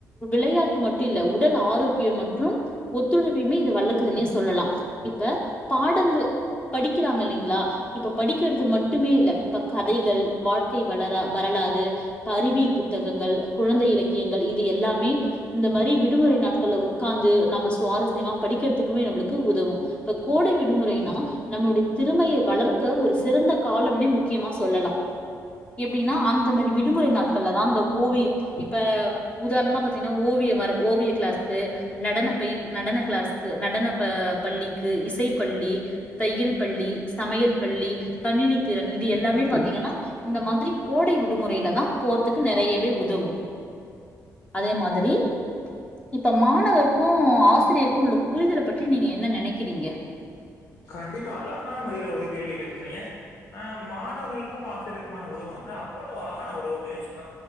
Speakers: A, on the left; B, on the left.
A: வெளையாட் டு மட்டு இல்ல உடல் ஆரோக்கியொ மற்றும் ஒத்துழைப்பையுமே இது வளக்குதுன்னே சொல்லலா இப் ப பாடங்கள் படிக்கிறாங்க இல்லைங்களா இப்ப படிக்கிறது மட்டுமே இல்ல இப்ப கதைகள் வாழ்க்கை வலரா வரலாறு இப்ப அறிவியல் புத்தகங்கள் குழந்தை இலக்கியங்கள் இது எல்லாமே இந்த மாரி விடுமுறை நாட்கள்ல உக்காந்து நம்ம சுவாரஸ்யமா படிக்கிறதுக்குமே நம்ளுக்கு உதவு இப்ப கோடை விடுமுறைனா நம்மளுடைய திறமையை வளர்க்க ஒரு சிறந்த காலம்னே முக்கியமா சொல்லலா எப்டின்னா அந்த மாரி விடுமுறை நாட்கள்ல தா அந்த ஓவிய இப்ப உதாரணமா பாத்தீங்கன்னா ஓவிய வர ஓவிய கிளாஸ்க்கு நடன பயி நடன கிளாஸ்க்கு நடன பா பள்ளிக் கு இசைப்பள்ளி தையல் பள்ளி சமையல் பள்ளி கணினி திறன் இது எல்லாமே பாத்தீங்கன்னா இந்த மாதிரி கோடை விடுமுறையிலதா போறதுக்கு நெறையவே உதவு அதே மாதிரி இப்ப மாணவர்க்கூ ஆசிரியருக்கு உள்ள புரிதல பற்றி நீங்க என்ன நெனக் கிறீங்க
B: கண்டிப்பா அழகான முறையில ஒரு கேள்வி கேட்ருந்தீங்க ஆஹ் மாணவர்களுக்கும் ஆசிரியருக்குமான உறவு வந்து அவ்வளோ அழகான உறவு அப்டின்னு சொல்லா